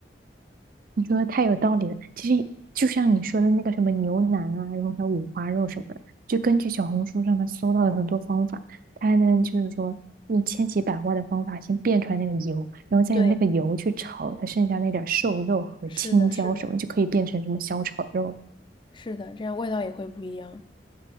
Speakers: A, on the right (about 50°); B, on the left (about 25°).
A: 你说的太有道理了。其实就像你说的那个什么牛腩啊，然后还有五花肉什么的，就根据小红书上面搜到的很多方法，它能就是说用千奇百怪的方法先变出来那个油，
B: <laughs>
A: 然后再用那个油去炒它剩下那点儿瘦肉和青椒什么，
B: 对，是的，是的，
A: 就可以变成什么小炒肉了。
B: 是的，这样味道也会不一样。